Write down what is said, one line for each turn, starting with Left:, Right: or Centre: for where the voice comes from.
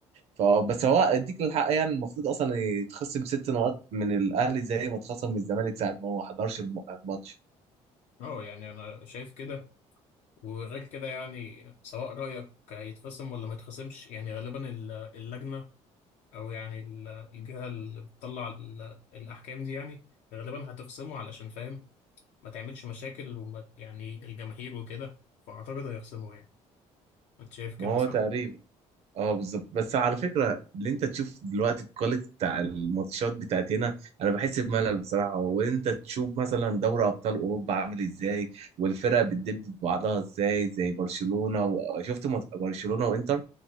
Right: فبس هو اديك الحق يعني المفروض اصلا يتخصم ست نقط من الاهلي زي ما اتخصم من الزمالك ساعة ما هو ما حضرش الم- الماتش
Left: اه يعني انا شايف كده وغير كده يعني سواء رايك يتخصم ولا ما يتخصمش يعني غالبا ال- اللجنه او يعني ال- الجهه اللي بتطلع ال- الاحكام دي يعني غالبا هتخصمه علشان فاهم ما تعملش مشاكل وما يعني الجماهير وكده فاعتقد هيخصمه يعني انت شايف كده
Right: ما هو
Left: صح؟
Right: تقريبا اه بالظبط بس على فكره اللي انت تشوف دلوقتي الكواليتي بتاع الماتشات بتاعت هنا انا بحس بملل بصراحه وانت تشوف مثلا دوري ابطال اوروبا عامل ازاي والفرق بتدب في بعضها ازاي زي برشلونه وشفت مت- برشلونه وانتر